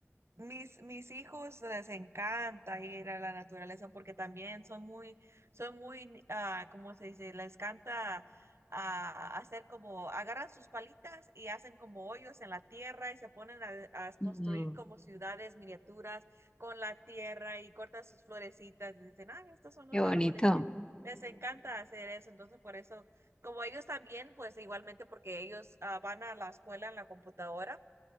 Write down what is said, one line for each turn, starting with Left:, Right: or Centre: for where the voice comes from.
Right: Mis, mis hijos les encanta ir a la naturaleza porque también son muy, son muy, ah, ¿cómo se dice? Les encanta ah, hacer como, agarran sus palitas y hacen como hoyos en la tierra y se ponen a, a construir
Left: Mm.
Right: como ciudades miniaturas con la tierra y cortan sus florecitas y dicen, ah, estos son
Left: Qué
Right: los
Left: bonito.
Right: árboles y les encanta hacer eso. Entonces, por eso, como ellos también, pues igualmente porque ellos ah, van a la escuela en la computadora.